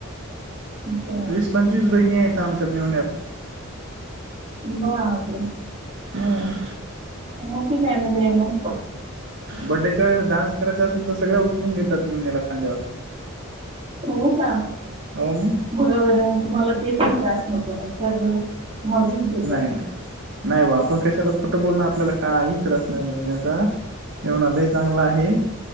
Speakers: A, on the right; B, on the right.
A: अच्छा
B: वीस पंचवीस बहिणी आहेत आमच्या पाहण्यात.
A: बापरे!
B: हा
A: मोठीच आहे मग.
B: बर्थडेच्या वेळेस द्या डान्स करायचा असेल तर सगळेच उचलून घेतात अंगावर.
A: का
B: हो मग
A: बघा बर तुम्हाला ते पण त्रास नको आहे कर. हजी.
B: नाही नाही नाही वा आपण कशाला कुठं बोलणार आपल्याला काही त्रास नाही मिळण्याचा. मेहुना लई चांगलं आहे